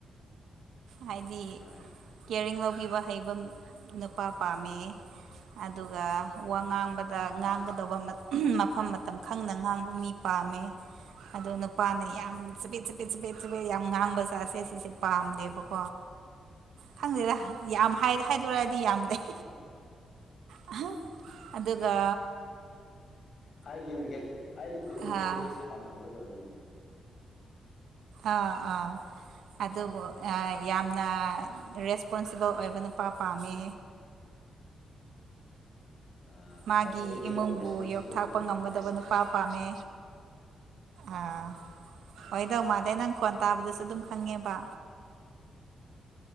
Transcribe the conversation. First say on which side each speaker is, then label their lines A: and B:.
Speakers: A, on the right (about 85°); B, on the left (about 50°).
A: ꯍꯥꯏꯗꯤ
B: ꯍꯣꯏ
A: ꯀꯤꯌꯥꯔꯤꯡ ꯂꯧꯕꯤꯕ ꯍꯩꯕ ꯅꯨꯄꯥ ꯄꯥꯝꯃꯦ ꯑꯗꯨꯒ ꯋꯥꯉꯥꯡ ꯕꯗ
B: ꯑꯥ
A: ꯉꯥꯡꯒꯗꯧꯕ ꯃꯠ ꯃꯐꯝ ꯃꯇꯝ ꯈꯪꯅ ꯉꯥꯡꯕ ꯃꯤ ꯄꯥꯝꯃꯦ ꯑꯗꯣ ꯅꯨꯄꯥꯅ ꯌꯥꯝ ꯆꯕꯤꯠ ꯆꯕ ꯕꯦꯠ ꯆꯕꯦꯠ ꯆꯕꯦꯠ ꯌꯥꯝ ꯉꯥꯡꯕ ꯖꯥꯠꯁꯦ ꯁꯤꯁꯦ ꯄꯥꯝꯗꯦꯕꯀꯣ ꯀꯣ ꯈꯪꯗꯦꯗꯥ ꯌꯥꯝ ꯍꯥꯏ ꯍꯥꯏꯗꯣꯔꯛꯗꯤ ꯌꯥꯝ ꯂꯩ
B: ꯑꯧ
A: ꯑꯍꯥ ꯑꯗꯨꯒ
B: ꯍꯥꯏꯔꯤꯕ ꯃꯈꯩ ꯍꯥꯏꯔꯤꯕ
A: ꯑꯥ
B: ꯃꯈꯩ ꯑꯩꯈꯣꯏꯁꯨ ꯇꯝꯍꯧꯒꯗꯧꯔꯤꯅꯤ
A: ꯑꯥ ꯑꯥ ꯑꯗꯨꯕꯨ ꯑꯥ ꯌꯥꯝꯅ ꯔꯦꯁꯄꯣꯟꯁꯤꯕꯜ ꯑꯣꯏꯕ ꯅꯨꯄꯥ ꯄꯥꯝꯃꯦ
B: ꯑꯥ
A: ꯃꯥꯒꯤ
B: ꯑꯁ ꯑꯩꯗꯤ
A: ꯏꯃꯨꯡꯕꯨ
B: ꯌꯥꯝ ꯔꯦꯁꯄꯣꯟꯁꯤꯕꯜꯗꯤ
A: ꯌꯣꯛꯊꯥꯛꯄ
B: ꯑꯣꯏꯕꯅꯤꯍꯦ
A: ꯉꯝꯒꯗꯕ ꯅꯨꯞ ꯄꯥ ꯄꯥꯝꯃꯦ ꯑꯥ
B: ꯑꯥ
A: ꯑꯣꯏꯗꯧ ꯃꯥꯜꯂꯦ ꯅꯪ ꯈꯣꯟ ꯇꯥꯕꯗꯁꯨ ꯑꯗꯨꯝ ꯈꯪꯉꯦꯕꯥ